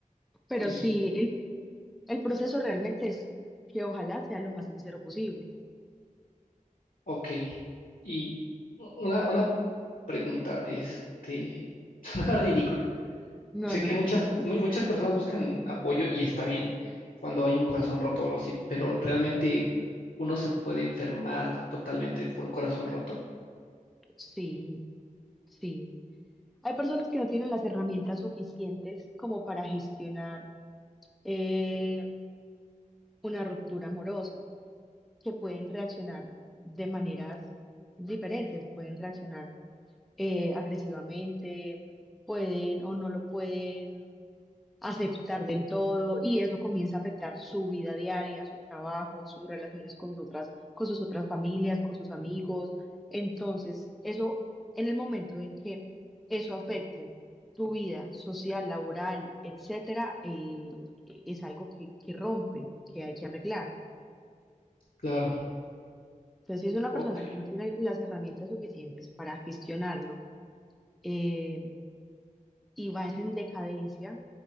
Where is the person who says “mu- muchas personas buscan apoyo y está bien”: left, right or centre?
Left